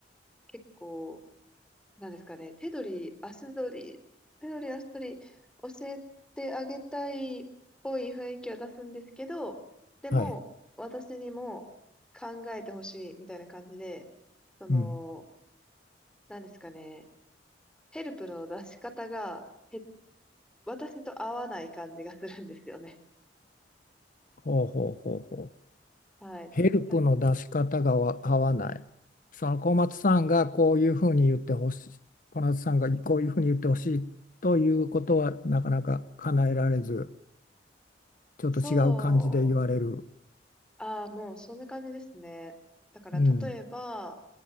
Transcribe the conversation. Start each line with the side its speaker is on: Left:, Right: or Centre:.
Centre: 結構、なんですかね、手取り、足取り、手取り足取り教えてあげたいっぽい雰囲気は出すんですけど、でも、
Left: うん。はい。
Centre: 私にも考えてほしいみたいな感じで、その、
Left: うん。
Centre: なんですかね、ヘルプの出し方が、へ私と合わない感じがするんですよね。
Left: ほうほうほうほう。
Centre: はい。
Left: ヘルプの出し方がわ合わない。
Centre: だ
Left: その小松さんがこういうふうに言ってほしい。小松さんがこういうふうに言ってほしいということはなかなか叶えられず、ちょっと違う感じで言われる。
Centre: そう、ああ、もうそんな感じですね。だから、
Left: うん。
Centre: 例えば、